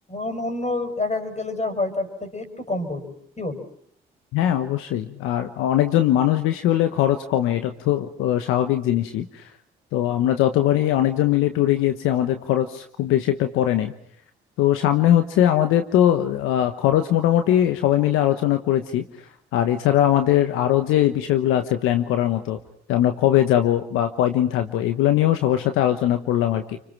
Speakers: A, on the left; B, on the left.
A: অন্য অন্য একা একা গেলে যা হয় তার থেকে একটু কম পড়বে কি বলো
B: হ্যাঁ অবশ্যই আর অনেকজন মানুষ বেশি হলে খরচ কমে এটা তো আহ, স্বাভাবিক জিনিসই তো আমরা যতবারই অনেকজন মিলে ট্যুরে গিয়েছি আমাদের খরচ খুব বেশি একটা পড়ে নাই তো সামনে হচ্ছে আমাদের তো আহ, খরচ মোটামুটি সবাই মিলে আলোচনা করেছি আর এছাড়া আমাদের আরো যে বিষয়গুলো আছে প্ল্যান করার মতো যে আমরা কবে যাব বা কয়দিন থাকবো এগুলো নিয়েও সবার সাথে আলোচনা করলাম আর কি